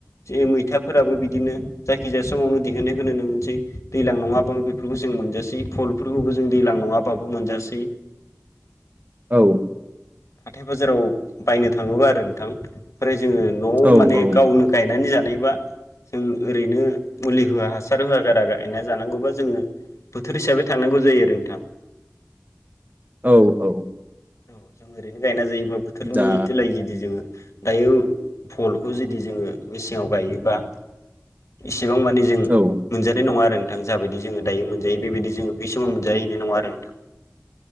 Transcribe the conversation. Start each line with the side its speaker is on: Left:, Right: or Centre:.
Left: जे मै खोथाफोराबो बिदिनो जाय गेजेर समावनो दिहुननायखौ नुनो मोनसै दैलां नङाबाबो बेफोरखौ जों मोनजासै फलफोरखौबो जों दैलां नङाबाबो मोनजासै
Right: औ
Left: हाथाय बाजाराव बायनो थाङोबा आरो नोंथां ओमफ्राय जोङो न'आव
Right: औ
Left: माने गावनो गायनानै जा होयोबा जों ओरैनो मुलि होआ हासार होआ गारा गायना जानांगौबा जोङो बोथोर हिसाबै थानांगौ जायो आरो नोंथां
Right: औ औ
Left: औ जों ओरैनो गायना जायो बा बोथोरनि
Right: दा
Left: सोलाय जुदि जोङो दायो भलखौ जुदि जोङो मेसेङाव गायोबा इसे एसेबां माने जों
Right: औ
Left: मोनजानाय नङा आरो थां जाबायदि जोङो दायो मोनजायो बेबायदि जोङो बे समाव मोनजायो बिदि नङा आरो नोंथां